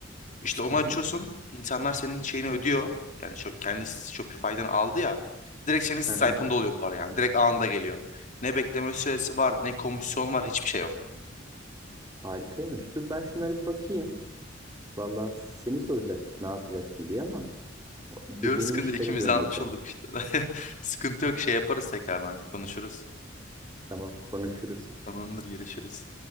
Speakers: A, on the left; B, on the right.
A: İşte onu
B: Hı hı.
A: açıyorsun. İnsanlar senin şeyini ödüyor. Yani şu, kendi Shopify'den aldı ya. Direkt senin Stripe'ında
B: Hı hı.
A: oluyor para yani. Direkt anında geliyor. Ne bekleme süresi var, ne komisyon var, hiçbir şey yok.
B: Harikaymış. Dur ben şunlara bir bakayım. Vallahi seni soracaktık ne yapacaksın diye ama o- be-
A: Yok
B: benim
A: sıkıntı
B: işlere
A: ikimiz
B: döndü
A: de anlatmış
B: konu.
A: olduk işte. <laughs> Sıkıntı yok şey yaparız tekrardan konuşuruz.
B: Tamam konuşuruz.
A: Tamamdır gelişiriz.